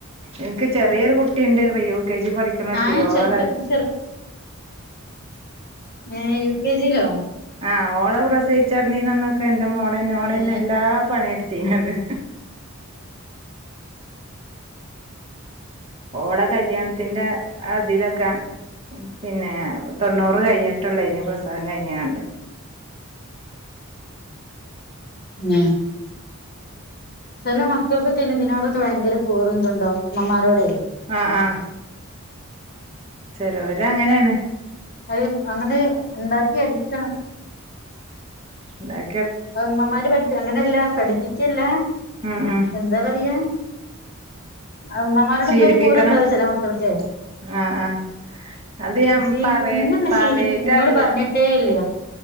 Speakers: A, on the right; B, on the left.
A: എനിക്ക് ചെറിയൊരു കുട്ടിയുണ്ട് യു കെ ജി പഠിക്കണട്ടിയോടെ
B: ഞാൻ ചെറുപ്പത്തിൽ ചെറു ഏ യു കെ ജിയിലോ
A: ആ ഓളവ പ്രസയിിച്ചാ നീനന്നൊക്കെ എ മോളൻ മോളേൻ
B: ഏ
A: എല്ലാ പണിയെടുത്തീനത് ഓട കല്യാണത്തിന്റെ അതിലൊക്കെ പിന്നെ തൊണ്ണൂറ് കഴിഞ്ഞിട്ടുള്ളേ ഇന് പ്രസാദം കഴിഞ്ഞാണ്ട്
B: ഉം ചില മക്കൾക്കൊക്കെ ഇനിെതിനോടൊക്കെ ഭയങ്കര കൂറതുണ്ടോ അമ്മമാരോടെ
A: ആഹ ആഹ ചല ഒര് അങ്ങനെയാണ്
B: അത് അങ്ങനെ ഉണ്ടാക്കി എടുക്കണം
A: ന
B: അമ്മ്മാര് പഠിപ്പ അങ്ങനെയല്ല പഠിപ്പിക്കല്ലേ
A: ഉം. ഉം
B: എന്താ പറയാ ഉമ്മമാരോട്
A: ശീലിപ്പിക്കണ
B: എന്തോ ഒരു കൂറുണ്ടാവും ചില മക്കൾക്ക്
A: ആഹ ആഹ അത്
B: ചേച്ചി
A: ഞാൻ പറയ
B: ഇന്നൊന്നും
A: പറയട്ടല്ല
B: ശീലിപ്പി ഇന്നോട് പറഞ്ഞിട്ടേ ഇല്ല